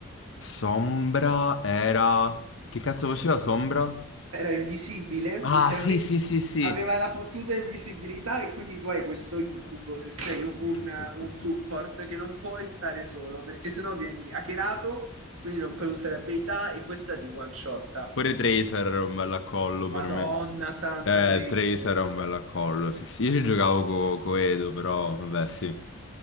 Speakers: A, on the left; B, on the right.
A: Sombra era... Che cazzo faceva Sombra?
B: era invisibile,
A: Ah,
B: letteralmente
A: sì, sì, sì, sì.
B: aveva la fottuta invisibilità e quindi tu hai questo incubo se sei un, un-
A: Sì, sì, sì,
B: un
A: sì,
B: support che non puoi stare solo perché sennò vieni hackerato, quindi non puoi
A: sì,
B: usare
A: sì.
B: abilità e questa ti one shotta.
A: Pure Tracer era un bel accollo
B: Madonna
A: per me.
B: santa
A: Eh,
B: triste.
A: Tracer era un bel accollo, sì, sì. Io ci giocavo co, co Edo, però, vabbè, sì.